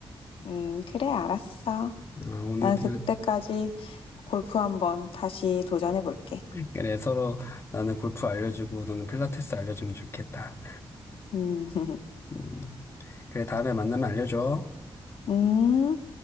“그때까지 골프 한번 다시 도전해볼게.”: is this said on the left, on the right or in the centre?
Left